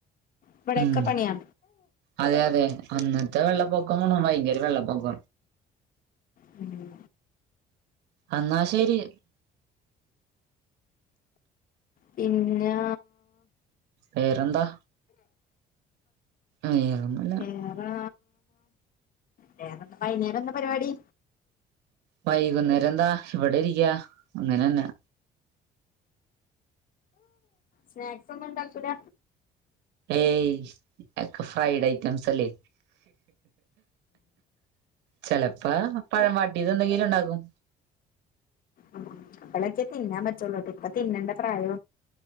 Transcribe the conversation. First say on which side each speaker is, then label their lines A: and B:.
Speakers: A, on the left; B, on the right.
A: ഇവടൊക്കെ
B: ഉം
A: പണിയാ
B: അതെ അതെ അന്നത്തെ വെള്ളപ്പൊക്കം ണോ ഭയങ്കര വെള്ളപ്പൊക്ക
A: പിന്നെ
B: അന്നാ ശരി.
A: പിന്നാ
B: വേറെന്താ വേറൊന്നുല്ല
A: ഏഹ് ആ വേറെന്ത വൈന്നേരം എന്നാ പരിപാടി?
B: വൈകുന്നേരം എന്താ ഇവിടെ ഇരിക്ക അങ്ങനെന്നാ.
A: സ്നാക്സ് ഒന്നും ഉണ്ടാക്കൂല?
B: ഏയ് ക്ക ഫ്രൈഡ് ഐറ്റംസ് അല്ലേ? ചെലപ്പോ പഴം വാട്ടിയത് എന്തെങ്കിലും ഉണ്ടകും.
A: ഉം ഇപ്പളൊക്കെ തിന്നാൻ പറ്റുള്ളൂ ഇപ്പ തിന്നന്റെ പ്രായ